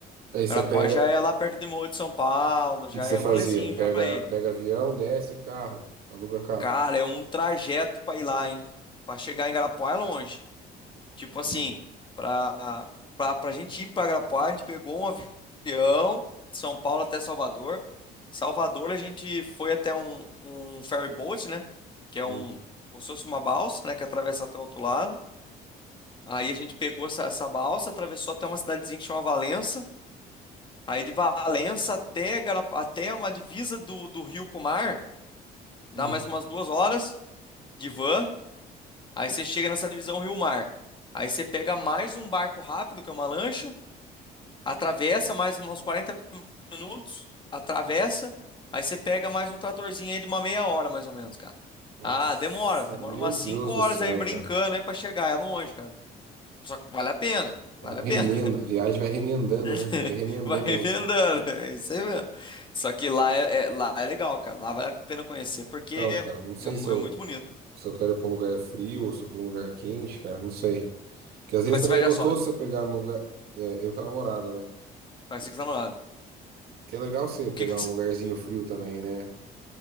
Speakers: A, on the right; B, on the left.
A: Aí
B: Garapuá
A: você pega,
B: já é
A: o
B: lá perto de Mogi de São Paulo, já
A: que que você
B: é rolezinho
A: fazia? Pega,
B: já pra ir.
A: pega avião, desce carro, aluga carro.
B: Cara, é um trajeto pra ir lá, hein? Pra chegar em Garapuá é longe. Tipo assim,
A: Hum,
B: pra, pra, pra gente ir pra Arapuá, a gente pegou um avião, de São Paulo até Salvador. Salvador, a gente foi até um, um ferry boat, né? Que é
A: hum,
B: um, como se fosse uma balsa, né? Que atravessa até o outro lado. Aí a gente pegou essa, essa balsa, atravessou até uma cidadezinha que chama Valença. Aí de Valença até, Gara- até uma divisa do, do rio com o mar, dá
A: hum.
B: mais umas duas horas de van. Aí você chega nessa divisão rio-mar. Aí você pega mais um barco rápido, que é uma lancha. atravessa mais um, uns quarenta minutos, atravessa, aí você pega mais um tratorzinho aí de uma meia hora, mais ou menos, cara.
A: Nossa,
B: Ah, demora, demora
A: meu
B: umas
A: Deus
B: 5 horas
A: do céu,
B: aí brincando
A: cara.
B: aí pra chegar, é longe, cara. Só que vale a pena,
A: É
B: vale
A: um remendo,
B: a pena.
A: a viagem vai remendando,
B: <laughs>
A: né? Você vai remendando.
B: Vai emendando, é isso aí mesmo. Só que lá é, é- lá é legal, cara, lá vale a pena conhecer, porque
A: Então, cara, não sei
B: é, mu-
A: se eu,
B: é muito bonito.
A: Se eu quero ir pra um lugar frio ou se pra um lugar quente, cara, não sei. Porque às vezes
B: Mas
A: também
B: você vai
A: é
B: já
A: gostoso
B: só,
A: você pegar no lugar. é, eu com a namorada, né?
B: vai ser que tá namorado.
A: Que é legal você
B: O
A: pegar
B: que que
A: um
B: você...
A: lugarzinho frio também, né?